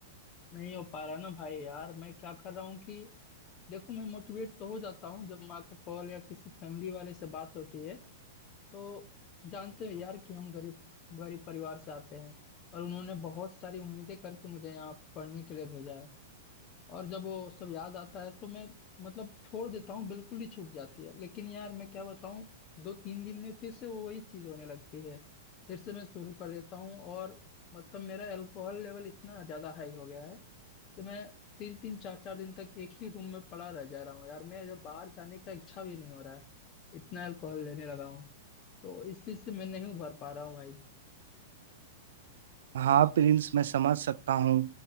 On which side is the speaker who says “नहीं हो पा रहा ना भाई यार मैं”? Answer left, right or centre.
Left